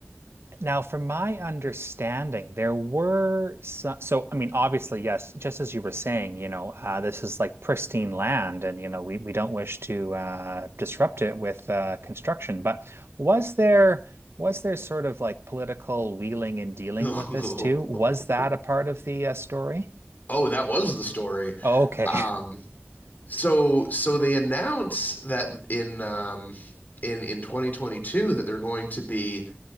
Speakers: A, on the right (about 75°); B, on the left (about 45°).
A: Now, from my understanding, there were so, so I mean, obviously, yes, just as you were saying, you know, uh, this is like pristine land, and you know, we we don't wish to uh, disrupt it with uh, construction. But was there was there sort of like political wheeling and dealing
B: <laughs>
A: with this too? Was that a part of the uh, story?
B: oh, that was the story.
A: Oh, okay,
B: Um, So so they announce that in um in in 2022 that they're going to be